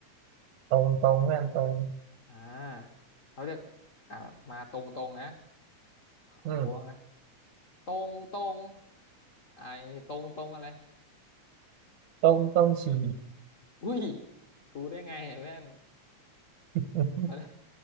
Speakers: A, on the right; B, on the left.
A: ตรงตรงเพื่อนตรง
B: อ่าเขาจะอ่ามาตรงๆนะของกูบ้างนะ
A: อืม
B: ตรงตรงไอ้ตรงตรงอะไร
A: ตรงตรงฉี
B: อุ้ยรู้ได้ไงเพื่อน
A: <laughs>
B: มัน